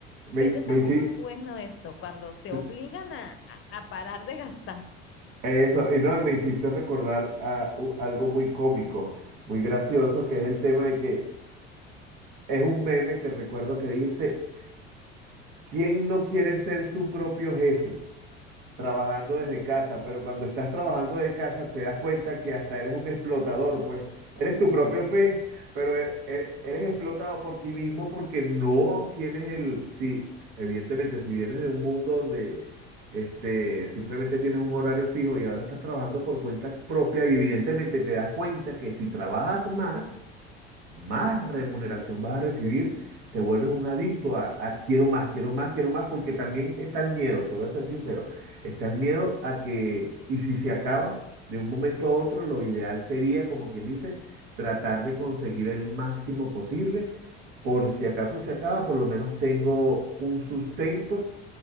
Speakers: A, on the right; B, on the left.
A: me,
B: Pero es
A: me
B: algo
A: hici-
B: muy bueno esto, cuando te
A: s-
B: obligan a, a- a parar de gastar.
A: eso, y no, me hiciste recordar a, u- algo muy cómico, muy gracioso, que es el tema de que es un meme que recuerdo que dice, ¿quién no quiere ser su propio jefe? trabajando desde casa, pero cuando estás trabajando de casa te das cuenta que hasta eres un explotador, pues eres tu propio fe, pero e- er- eres explotado por ti mismo porque no tienes el, si, evidentemente, si vienes de un mundo donde este, simplemente tienes un horario fijo y ahora estás trabajando por cuenta propia, evidentemente te das cuenta que si trabajas más, más remuneración vas a recibir, te vuelves un adicto a, a quiero más, quiero más, quiero más, porque también está el miedo, te voy a ser sincero, está el miedo a que, y si se acaba de un momento a otro, lo ideal sería, como quien dice, tratar de conseguir el máximo posible, por si acaso se acaba, por lo menos tengo un sustento